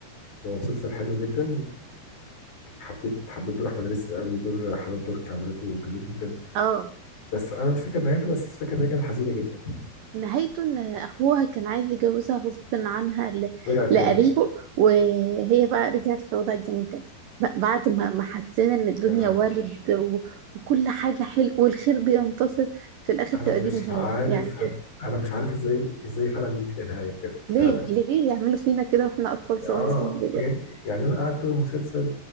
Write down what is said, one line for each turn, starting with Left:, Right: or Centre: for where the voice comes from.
Left: هو مسلسل حلو جدا حبيت حبيت دور احمد رزق قوي دور حنان ترك عملته جميل جدا
Right: اه
Left: بس انا مش فاكر نهايته بس فاكر ان هي كانت حزينه جدا
Right: نهايته ان اخوها كان عايز يجوزها غصب عنها ل-
Left: رجعت
Right: لقريبه
Left: تاني
Right: وهي بقى رجعت لوضع الجنين تاني ب- بعد ما ما حسينا ان الدنيا
Left: لا يا لهوي
Right: ورد و- وكل حاجة حلو والخير بينتصر في الاخر
Left: انا
Right: تبقى دي
Left: مش
Right: النهاية
Left: عارف
Right: يعني
Left: انا مش عارف ازاي ازاي فعلا دي تبقى نهايه بجد فعلا
Right: ليه ليه يعملوا فينا كده واحنا اطفال صغيرين
Left: اه
Right: بجد
Left: بجد يعني انا قعدت طول المسلسل